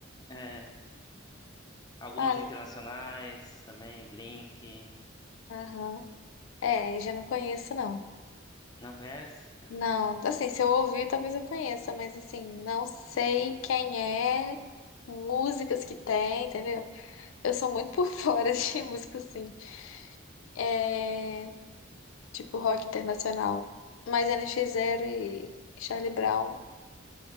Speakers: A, on the left; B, on the left.
A: É, algumas
B: Olha,
A: internacionais também, Blink.
B: aham. É, já não conheço, não.
A: Não conhece?
B: Não, assim, se eu ouvir, talvez eu conheça, mas assim, não sei quem é, músicas que tem, entendeu? Eu sou muito por fora <laughs> de música, assim. É, tipo rock internacional. Mas NX Zero e Charlie Brown,